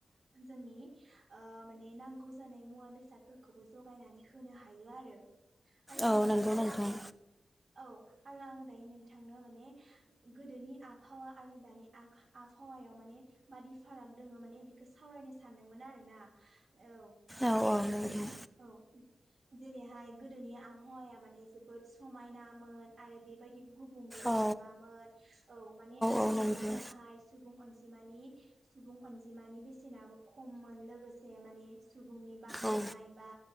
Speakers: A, on the right (about 55°); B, in the centre.
A: जोंनि माने नांगौ जानाय मुवा बेसादफोरखौबो जगायनानै होनो हायो आरो। आरो
B: औ
A: आङो
B: नंगौ नोंथां
A: थिग औ आरो आङो दायो नोंथांनो माने गोदोनि आबहावा आरो दानि आबहावायाव माने बादि फाराग दङ माने बेखौ सावरायनो सानदोंमोन आरो ना, औ
B: औ औ नोंथां
A: औ जेरैहाय गोदोनि आबहावाया माने जोबोद समायनामोन आरो बेबायदि गुबुंलेबो
B: औ
A: नङामोन औ माने गोदोनि
B: औ नंगौ
A: दिनावहाय सुबुंन नि सुबुं अनजिमानि बेसेनाबो खममोन लोगोसे माने सुबुंनि बाहायनाय
B: औ
A: बा